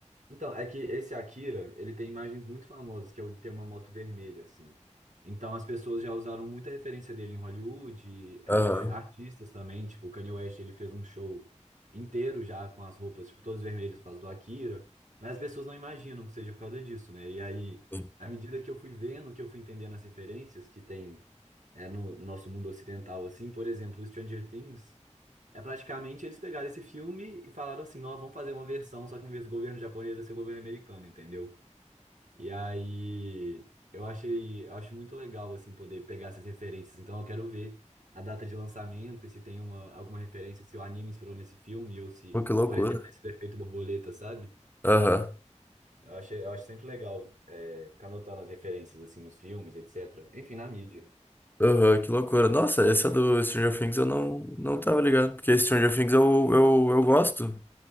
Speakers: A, on the right (about 85°); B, on the left (about 15°).
A: Então, é que esse Akira, ele tem imagens muito famosas, que é o de ter uma moto vermelha, assim. Então, as pessoas já usaram muita referência dele em Hollywood, é,
B: Aham.
A: artistas também, tipo, o Kanye West, ele fez um show inteiro já com as roupas, tipo, todas vermelhas por causa do Akira, mas as pessoas não imaginam que seja por causa disso, né? E aí,
B: sim.
A: à medida que eu fui vendo, que eu fui entendendo as referências que tem, é, no, no nosso mundo ocidental, assim, por exemplo, o Stranger Things, é praticamente eles pegaram esse filme e falaram assim, nós vamos fazer uma versão, só que em vez do governo japonês vai ser o governo americano, entendeu? E aí eu achei, eu acho muito legal assim poder pegar essas referências. Então eu quero ver a data de lançamento e se tem uma alguma referência, se o anime inspirou nesse filme ou se,
B: Pô, que loucura.
A: por exemplo, esse do efeito borboleta, sabe?
B: Aham.
A: Eu achei, eu acho sempre legal é, ficar notando as referências assim nos filmes, etc. Enfim, na mídia.
B: Aham, que loucura. Nossa, essa do Stranger Things eu não, não tava ligado. Porque Stranger Things eu, eu, eu gosto.